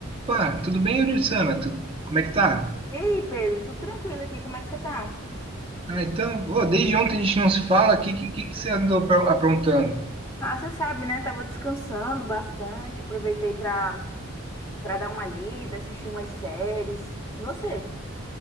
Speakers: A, on the right; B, on the left.
A: Opa, tudo bem, Euridissana? Tudo? Como é que tá?
B: E aí, Pedro, tudo tranquilo aqui? Como é que você tá?
A: Ah, então, ô, desde ontem a gente não se fala. O que, que, que que você andou apro- aprontando?
B: Ah, você sabe, né? Tava descansando bastante, aproveitei pra, pra dar uma lida, assistir umas séries. E você?